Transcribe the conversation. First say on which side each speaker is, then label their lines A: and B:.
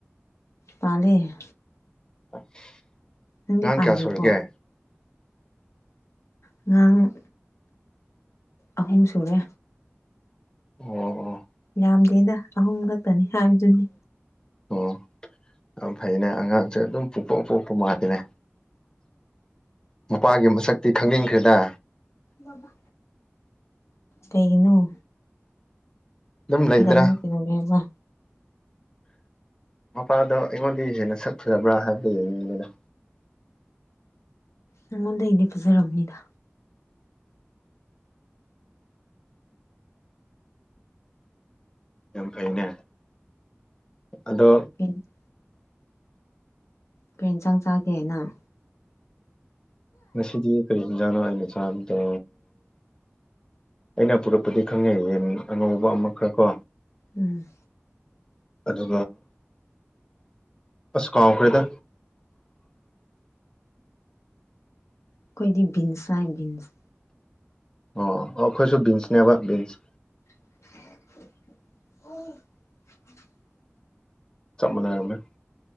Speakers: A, on the left (about 85°); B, on the left (about 15°).
A: ꯄꯥꯜꯂꯦ
B: <unintelligible>
A: ꯅꯪꯗꯤ
B: ꯑꯉꯥꯡ
A: ꯄꯥꯟꯗ꯭ꯔꯤꯕꯣ
B: ꯀꯌꯥ ꯁꯨꯔꯒꯦ
A: ꯑꯉꯥꯡ ꯑꯍꯨꯝ ꯁꯨꯔꯦ
B: ꯑꯣ ꯑꯣ
A: ꯌꯥꯝꯗꯦꯗ ꯑꯍꯨꯝ ꯈꯛꯇꯅꯤ ꯍꯥꯏꯕꯗꯨꯅꯤ
B: ꯑꯣ ꯌꯥꯝ ꯐꯩꯅꯦ ꯑꯉꯥꯡꯁꯦ ꯑꯗꯨꯝ ꯄꯨꯡ ꯄꯣꯛ ꯄꯣꯛꯄ ꯃꯥꯂꯤꯅꯦ ꯃꯄꯥꯒꯤ ꯃꯁꯛꯇꯤ ꯈꯪꯅꯤꯡꯈ꯭ꯔꯦꯗ
A: ꯕꯕꯥ ꯀꯩꯩꯒꯤꯅꯣ
B: ꯑꯗꯨꯝ ꯂꯩꯗ꯭ꯔꯥ
A: ꯅꯪ ꯀꯩꯗꯧꯔꯦꯕ
B: ꯃꯄꯥꯗꯣ ꯑꯩꯉꯣꯟꯗꯩ ꯍꯦꯟꯅ ꯁꯛ ꯐꯖꯕ꯭ꯔꯥ ꯍꯥꯏꯕꯗꯨ ꯌꯦꯡꯅꯤꯡꯕꯅꯤꯗ
A: ꯅꯪꯉꯣꯟꯗꯩꯗꯤ ꯐꯖꯔꯝꯅꯤꯗ
B: ꯌꯥꯝ ꯐꯩꯩꯅꯦ ꯑꯗꯣ
A: <unintelligible> ꯀꯔꯤ ꯏꯟꯁꯥꯡ ꯆꯥꯒꯦ ꯅꯪ
B: ꯉꯁꯤꯗꯤ ꯀꯔꯤ ꯍꯤꯟꯖꯥꯡꯅꯣ ꯑꯩꯅ ꯆꯥꯕꯗꯣ ꯑꯩꯅ ꯄꯨꯔꯛꯄꯗꯤ ꯈꯪꯉꯦ ꯌꯦꯟ ꯑꯉꯧꯕ ꯑꯃꯈ ꯀꯣ
A: ꯎꯝ
B: ꯑꯗꯨ ꯑꯁ ꯀꯥꯥꯎꯈꯔ꯭ꯦꯗꯥ
A: ꯑꯈꯣꯏꯗꯤ ꯕꯤꯟꯁ ꯍꯥꯏ ꯕꯤꯟꯁ
B: ꯑꯣ ꯑꯣ ꯑꯈꯣꯏꯁꯨ ꯕꯤꯟꯁꯅꯦꯕ ꯕꯤꯟꯁ
A: <unintelligible>
B: ꯆꯞ ꯃꯥꯟꯅꯔꯝꯃꯦ